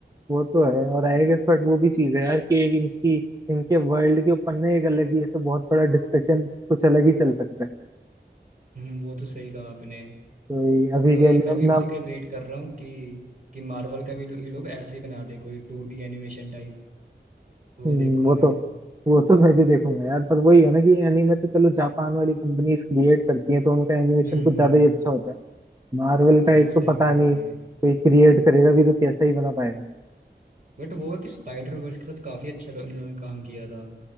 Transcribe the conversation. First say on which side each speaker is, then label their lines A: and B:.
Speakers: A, on the right (about 20°); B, on the right (about 45°).
A: वो तो है और आई गेस बट वो भी चीज है यार कि एक इनकी इनके वर्ल्ड के ऊपर ना एक अलग ही ऐसा बहुत बड़ा डिस्कशन कुछ अलग ही चल सकता है
B: हम्म, वो तो सही कहा आपने
A: तो ये अभी
B: वही
A: के
B: है मैं
A: लिए अब
B: भी उसी
A: ना
B: का वेट कर रहा हूँ कि कि मार्वल का भी लो- ये लोग ऐसे ही बना दे कोई टू डी एनिमेशन टाइप वो
A: हम्म,
B: देखूँ
A: वो
B: मैं
A: तो वो तो मैं भी देखूंगा यार पर वही है ना कि एनीमे तो चलो जापान वाली कंपनीज क्रिएट करती हैं तो उनका एनिमेशन
B: हम्म
A: कुछ
B: हम्म
A: ज्यादा ही अच्छा होता है मार्वल
B: हाँ
A: का
B: ये
A: एक
B: सही
A: तो पता
B: कहा आपने
A: नहीं कोई क्रिएट करेगा भी तो कैसा ही बना पाएगा
B: बट वो है कि स्पाइडर वर्स के साथ काफ़ी अच्छा लो, इन लोगों ने काम किया था